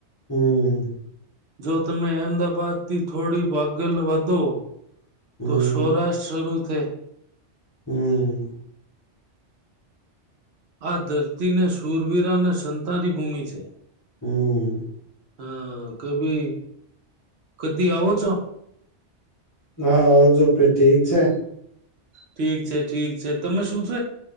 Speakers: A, on the left; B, on the right.
A: હમ.
B: જો તમે અહેમદાબાદથી થોડી વાગલ વધો.
A: હમ
B: તો સૌરાષ્ટ્ર જરૂર. કે
A: હમ.
B: આ ધરતીને સુરવીરા અને સંતાારી ભૂમિ છે.
A: હમ.
B: હા કભી કદી આવો છો.
A: હા આવજો ફે ઠીક છે.
B: ઠીક છે ઠીક છે તમે શું છ